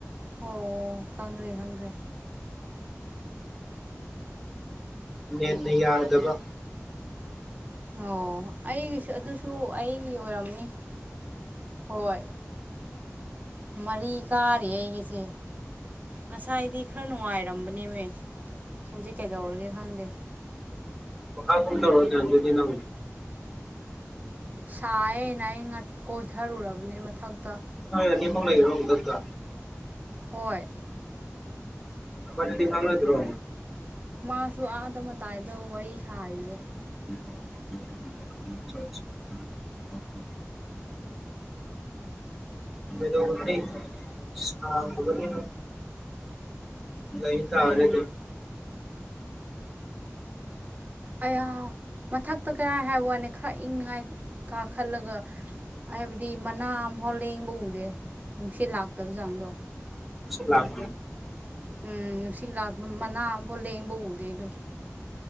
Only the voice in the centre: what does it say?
ꯅꯦꯅ ꯌꯥꯗꯕ
ꯀꯥ ꯄꯨ ꯊꯖꯗꯅ
ꯍ ꯑꯅꯤ ꯄ ꯂꯩ ꯆ
ꯑꯗꯤ ꯐꯪꯅꯗ꯭ꯔꯣ
<unintelligible> ꯃꯗꯣ ꯋꯥꯅꯤ ꯁꯥꯡꯒꯅꯤꯅ ꯉꯏ ꯇ
ꯑꯔꯦ
ꯂꯥꯛ